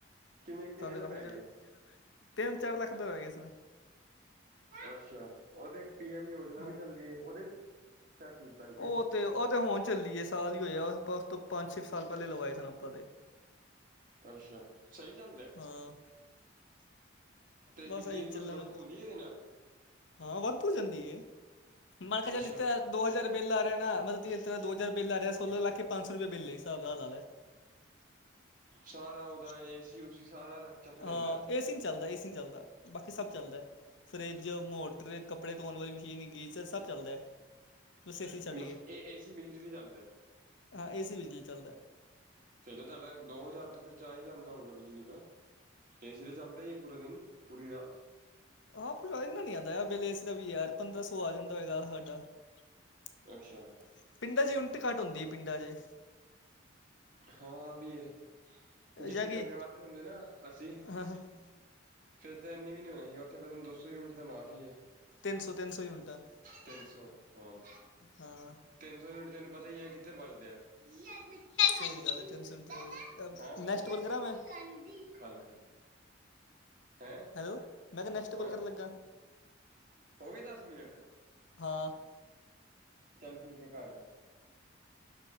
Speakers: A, on the right; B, on the left.
A: ਕਿੰਨੇ-ਕਿੰਨੇ ਦਾ
B: ਕਾਫੀ
A: ਪੈ
B: ਚ
A: ਗਿਆ ਸੀ।
B: ਤਿੰਨ ਚਾਰ ਲੱਖ ਤੋਂ ਹੋ ਗਏ ਇਸਨ
A: ਅੱਛਾ ਉਹ ਤੇ ਇੱਕ ਪੀ ਐਮ ਯੋਜਨਾ
B: ਹਾਂ
A: ਵੀ ਚੱਲਦੀ ਹੈ, ਉਹ ਦੇ ਤਾ ਸੀਗੇ।
B: ਉਹ ਤੇ ਉਹ ਤੇ ਹੁਣ ਚੱਲੀਏ ਸਾਲ ਹੀ ਹੋਇਆ, ਆਪਾਂ ਉਸ ਤੋਂ ਪੰਜ ਛੇ ਸਾਲ ਪਹਿਲੇ ਲਵਾਏ ਸਨ ਆਪਾਂ ਤੇ <unintelligible>
A: ਅੱਛਾ ਸਹੀ ਚੱਲਦੇ।
B: ਹਾਂ,
A: ਤੇ
B: ਬਸ
A: ਬਿਜਲੀ
B: ਅਸੀ
A: ਦੀ ਕੁਛ
B: ਚੱਲਣ
A: ਬੱਚਤ ਹੁੰਦੀ ਹੈ ਇਹਦੇ ਨਾਲ
B: ਹਾਂ ਵੱਧ ਹੋ ਜਾਂਦੀ। ਮਰਕਾ <unintelligible>
A: ਅੱਛਾ
B: ਦੋ ਹਜ਼ਾਰ ਬਿੱਲ ਆ ਰਿਹਾ ਨਾ, ਮਤਲਬ ਦੋ ਹਜ਼ਾਰ ਬਿੱਲ ਆ ਰਿਹਾ ਸੋ ਲੱਖ ਕੇ ਪੰਜ ਸੌ ਰੁਪਏ ਬਿੱਲ ਹਿਸਾਬ ਐ ਲਾਲਾ। <unintelligible>
A: ਸਾਰਾ ਉਹਦਾ ਏਸੀ ਉਸੀ ਸਾਰਾ ਚੱਕ-ਚੱਕ ਲੈਂਦਾ
B: ਹਾਂ, ਏਸੀ ਨੀ ਚੱਲਦਾ ਹਾ, ਏਸੀ ਨੀ ਚੱਲਦਾ। ਬਾਕੀ ਸਭ ਚੱਲਦਾ ਫਰਿੱਜ ਮੋਟਰ ਕੱਪੜੇ ਧੋਣ ਵਾਲੀ ਮਸ਼ੀਨ ਗੀਜ਼ਰ ਸਭ ਚੱਲਦਾ। ਬਸ ਏ ਸੀ ਛੱਡ
A: ਬਸ
B: ਗਏ,
A: ਇਹ ਏਸੀ ਬਿਜਲੀ ਤੇ ਚੱਲਦਾ
B: ਹਾਂ ਏਸੀ ਬਿਜਲੀ ਚੱਲਦਾ।
A: ਫਿਰ ਤਾਂ ਤੁਹਾਡਾ ਦੋ ਹਜ਼ਾਰ ਤੇ ਖਰਚਾ ਆ ਹੀ ਜਾਂਦਾ ਹੋਊਗਾ ਬਿਜਲੀ ਦਾ। ਏਸੀ ਤੇ ਚੱਲਦਾ, ਹੀ ਪੂਰਾ ਦਿਨ ਪੂਰੀ ਰਾਤ
B: ਹਾਂ ਇਨਾ ਨੀ ਆਉਂਦਾ ਬੇਲੇ ਏਸੀ ਦਾ ਵੀ ਯਾਰ ਪੰਦਰਾਂ ਸੌ ਆ ਜਾਂਦਾ ਹੈਏਗਾ, ਸਾਡਾ <unintelligible>
A: ਅੱਛਾ,
B: ਪਿੰਡਾਂ 'ਚ ਉਨਾ ਦੀ ਘੱਟ ਹੁੰਦੀ ਹੈ ਪਿੰਡਾਂ 'ਚ।
A: ਹਾਂ ਵੀ ਏ ਜਦ
B: ਜਾਂ ਕਿ
A: ਪੰਜਾਬ ਚ ਹੁੰਦੇ ਨਾ ਅਸੀਂ
B: <unintelligible>
A: ਫਿਰ ਤਾਂ ਇੰਨੀ ਵੀ ਨੀ ਨਹੀਂ ਹੋਣਾ ਸੀ, ਉੱਥੇ ਪਤਾ ਨੀ ਦੋ ਸੌ ਤਾਂ ਮਾਫ਼ ਹੀ ਹੈ।
B: ਤਿੰਨ ਸੌ ਤਿੰਨ ਸੌ ਉਲਟਾ
A: ਤਿੰਨ ਸੌ ਹਾਂ,
B: ਹਾਂ
A: ਤਿੰਨ ਸੌ ਯੂਨਿਟ ਤੁਹਾਨੂੰ ਪਤਾ ਹੀ ਹੈ, ਕਿੱਥੇ ਬਲਦੇ ਆ। <unintelligible>
B: ਸਹੀ ਗੱਲ ਹੈ ਤਿੰਨ ਸੌ ਯੂਨਿਟਾਂ। ਨੈਕਸਟ ਕੋਲ ਕਰਾਂ ਮੈਂ
A: ਖਾਲੇ ਹੈਂ।
B: ਹੈਲੋ, ਮੈਂ ਤਾਂ ਨੈਕਸਟ ਕੋਲ
A: ਹਾਂ
B: ਕਰਨ ਲੱਗਾ
A: ਹੋ ਗਏ ਦਸ ਮਿੰਟ
B: ਹਾਂ।
A: ਚੱਲ ਠੀਕ ਹੈ ਕਰ